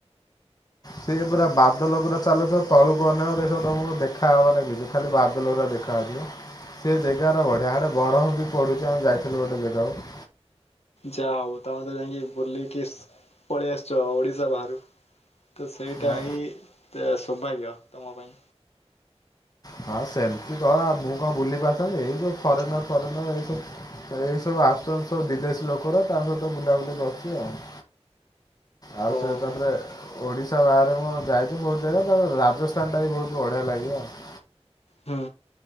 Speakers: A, on the left (about 35°); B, on the left (about 70°).
A: ସିଏ ପୁରା ବାଦଲ ପୁରା ଚାଲୁଛ ତଳୁକୁନେସ ତମକୁ ଦେଖାହବନା। ବେ ଖାଲି ବାଦଲା ଦେଖାଯାଉଛିି ପା। ସେ ଜାଗା ର ବଢିଆଡେ ବରଫ ବି ପଡୁଛି ଆମେ ଯାଇଥିଲୁ ଗୋଟେ ଯାଗାକୁ।
B: ଯାହା ହଉ ତମେ ତ ଯାଇକି ବୁଲିକି ପଳେଇ ଆସିଛ ଓଡିଶା ବାହାରକୁ। ତ ସେଇଟା
A: ହଁ
B: ହିଁ ସୌଭାଗ୍ୟ ତମ ପାଇଁ।
A: ହଁ ସେମିତି କହ ମୁଁ କଣ ବୁଲି ପାରୁଥାନ୍ତି ଏଇ ଯୋ ଫରେନର ଫରେନର ଏଇ ତ ଏଇ ସବୁ ଆସୁଛନ୍ତି ସବୁ ବିଦେଶୀ ଲୋକର ତା ସହିତ ବୁଲାବୁଲି କରୁଛି ଆଉ। ଆଉ
B: ଓହୋ
A: ସେ ତାପରେ ଓଡିଶା ବାହାରେ ମୁଁ ଯାଇଛି ବହୁତ ଜାଗା ତ ରାଜସ୍ଥାନଟା ବି ବହୁତ ବଢିଆ ଲାଗେ ଆଉ।
B: ହୁଁ